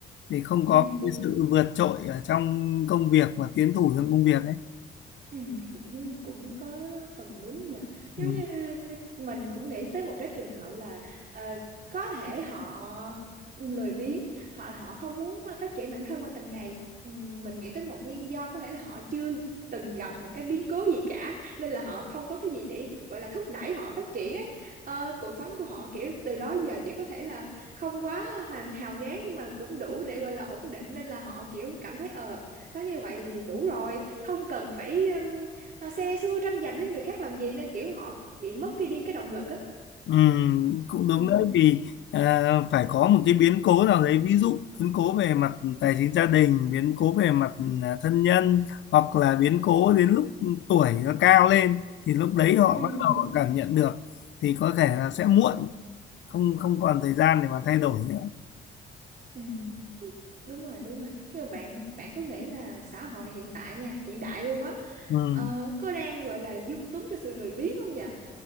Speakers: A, on the left; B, on the right.
A: thì không có
B: ừ, cũng
A: cái sự vượt trội ở trong công việc và tiến thủ trong công việc ấy
B: Ừ, cũng cũng có phần đúng nhờ giống
A: ừ.
B: như mình cũng nghĩ tới một cái trường hợp là ờ, có thể họ lười biếng họ họ không muốn phát triển bản thân qua từng ngày Ừ, mình nghĩ tới một nguyên do có thể là họ chưa từng gặp một cái biến cố gì cả nên là họ không có cái gì để gọi là thúc đẩy họ phát triển ấy Ờ, cuộc sống của họ kiểu từ đó giờ kiểu có thể là không quá hoàn hào nhoáng nhưng mà cũng đủ để gọi là ổn định nên là họ kiểu cảm thấy ờ Sao như vậy thì đủ rồi, không cần phải um, à, xe xưa tranh giành với người khác làm gì nên kiểu họ bị mất cái đi cái động lực á.
A: Ừm, cũng đúng
B: Ừ,
A: đấy vì à, phải có một cái biến cố nào đấy ví dụ biến cố về mặt tài chính gia đình biến cố về mặt à, thân nhân hoặc là biến cố đến lúc tuổi nó cao lên thì lúc đấy họ
B: ừ
A: bắt đầu họ cảm nhận được thì có thể là sẽ muộn không không còn thời gian để mà thay đổi nữa
B: ừ đúng rồi, đúng rồi. Nhưng mà bạn bạn có nghĩ là xã hội hiện tại nha, hiện đại luôn á,
A: Ừm,
B: ờ, có đang gọi là dung túng cho sự lười biếng không nhỉ?